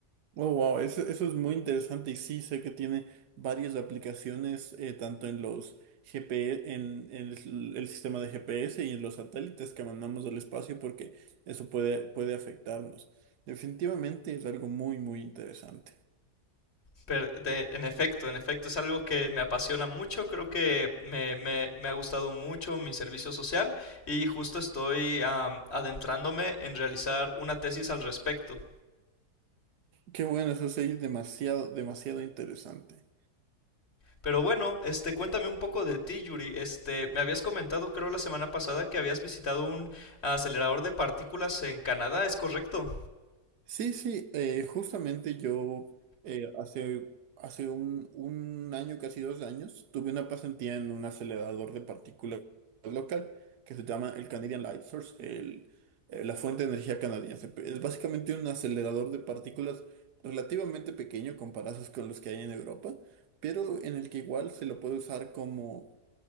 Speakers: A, on the right; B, on the left.
A: Oh, wow, eso, eso es muy interesante y sí, sé que tiene varias aplicaciones, eh, tanto en los GP en, en el, el sistema de GPS y en los satélites que mandamos al espacio, porque eso puede, puede afectarnos. Definitivamente es algo muy, muy interesante.
B: Pero de- en efecto, en efecto, es algo que me apasiona mucho, creo que me, me- me ha gustado mucho mi servicio social y justo estoy am, adentrándome en realizar una tesis al respecto.
A: Qué bueno, eso sí, demasiado, demasiado interesante.
B: Pero bueno, este, cuéntame un poco de ti, Yuri. Este, me habías comentado, creo, la semana pasada que habías visitado un acelerador de partículas en Canadá, ¿es correcto?
A: Sí, sí, eh, justamente yo eh, hace, hace un, un año, casi dos años, tuve una pasantía en un acelerador de partículas local que se llama el Canadian Light Source, el, eh, la fuente de energía canadiense. Pe- Es básicamente un acelerador de partículas relativamente pequeño comparados con los que hay en Europa, pero en el que igual se lo puede usar como